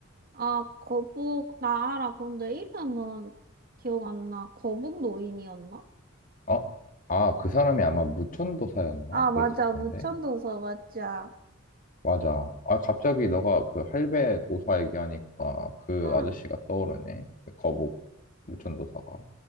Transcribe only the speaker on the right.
아, 거북 나아라. 근데 이름은 기억 안 나. 거북 노인이었나?
아, 맞아.
무천도서 맞아.
응.